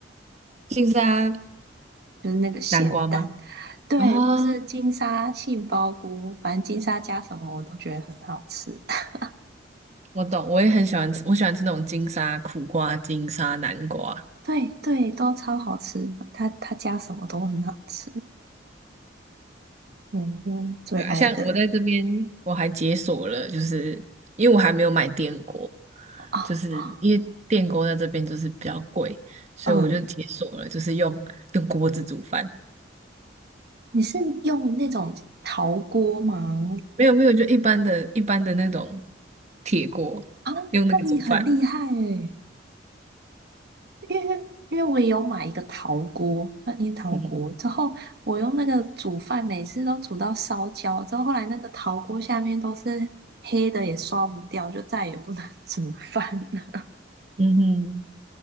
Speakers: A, on the right; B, on the right.
A: 金沙南
B: 就是那个咸蛋，
A: 瓜吗？
B: 对，
A: 哦，
B: 或是金沙杏鲍菇，反正金沙加什么我都觉得很好吃。<laughs>
A: 我懂，我也很喜欢吃，我喜欢吃那种金沙苦瓜、金沙南瓜。
B: 对对，都超好吃，它它加什么都很好吃。对，就最爱的
A: 对啊，像我在这边，我还解锁了，就是因为我还没有买电锅，
B: 啊，
A: 就是因为电锅在这边就是比较贵，所以我就解锁了，
B: 嗯，
A: 就是用用锅子煮饭。
B: 你是用那种陶锅吗？
A: 没有没有，就一般的一般的那种铁锅，
B: 啊，
A: 用那个煮饭。
B: 那你很厉害诶。因为因为我也有买一个陶锅，算一陶锅，
A: 嗯
B: 之后我用那个煮饭，每次都煮到烧焦，之后后来那个陶锅下面都是黑的，也刷不掉，就再也不能 <laughs> 煮饭了。
A: 嗯哼，